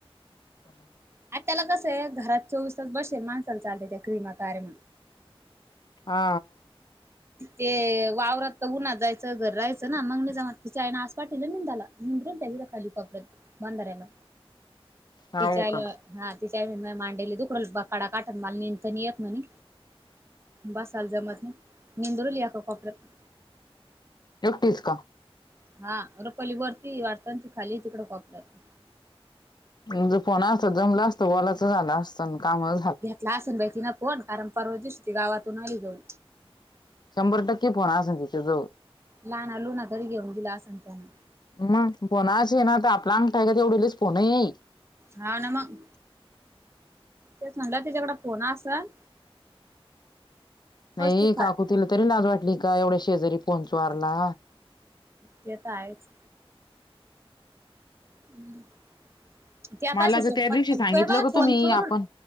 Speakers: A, on the left; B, on the right.
A: हा.
B: आता त्याला कसं आहे घरात. चोवीस तास बसेल माणसाला चालतंय, त्या क्रिमा कार्यमा,
A: हा
B: ते वावरात तर उन्हात जायचं, घर राहाचं ना मागने जाऊन तिच्या आईन, आस पाठवलं निंदाला निंदरून त्यांनी खाली पापडात, बांधाराला
A: हा
B: तिच्या
A: हो
B: आईला
A: का
B: हा, तिची आई म्हणणार मांडी लय दुखुन राहिल्यात कडा काटण मला निंत नाही येत म्हणे. बसायला जमत नाही, निदुरली एका कोपऱ्यात.
A: एकटीच का?
B: हा रुपाली वरती आहे वाटत ना ती खाली आहे तिकड कोपऱ्यात
A: म्हणजे फोन असत जमलं असतं, वॉलाच झालं असतं कामा
B: घेतला असेल बाई तिन फोन, कारण परवा दिवशी ती गावातून आली जाऊन.
A: शंभर टक्के फोन असेल तिच्या जवळ
B: लाना लुना तरी घेऊन दिला असंल त्यांन
A: मग फोन अशे आहे ना आता आपला अंगठा घेईल एवढेलेच फोन आहे.
B: हाव ना मग. तेच म्हटलं त्याच्याकडं फोन असल
A: नाही,
B: ती खा
A: काकू तिला तरी लाज वाटली का, एवढ्या शेजारी फोन चोरला.
B: ते तर आहेच. हम्म ती आता
A: मला
B: अशी स्वप्नात
A: तर त्या दिवशी सांगितलं
B: आहे
A: ग
B: फोन
A: तुम्ही
B: चोरून
A: आपण